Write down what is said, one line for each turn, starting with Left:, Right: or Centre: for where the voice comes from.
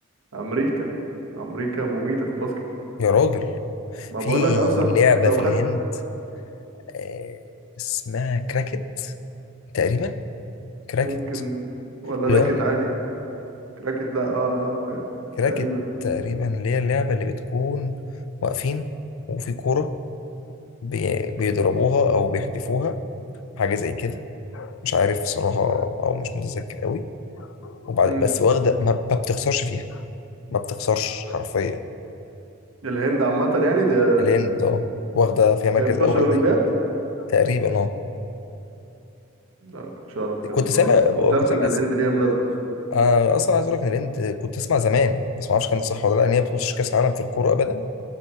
Right: امريكا امريكا مميتة في الباسكت
Left: يا راجل
Right: ما
Left: في
Right: بقولك اصلا
Left: لعبه
Right: لو
Left: في
Right: خدت
Left: الهند آه، اسمها كراكت تقريبا كراكت
Right: ممكن ولا
Left: اللي
Right: راكت
Left: هم
Right: عادي راكت لا اه ف-
Left: كراكت
Right: تقريبا
Left: تقريبا اللي هي اللعبة اللي بتكون واقفين وفي كورة بي- بيضربوها أو بيحدفوها حاجة زي كده مش عارف صراحة أو مش متذكر قوي وبعد
Right: امم
Left: بس واخدة ما ما بتخسرش فيها ما بتخسرش حرفيا
Right: الهند عامة يعني ده
Left: الهند اه واخدة فيها مركز
Right: هي بتخش
Left: أول
Right: الأولمبياد؟
Left: دايما تقريبا اه
Right: لا ما كنتش أعرف الكلام
Left: كنت سامع
Right: ده خالص أنا كنت عارف
Left: كنت سامع
Right: إن الهند ليها أم لازمة أصلا
Left: أنا أصلا عايز أقول لك إن الهند كنت أسمع زمان بس ما أعرفش كان صح ولا لأ إن هي ما بتخشش كأس عالم في الكورة أبدا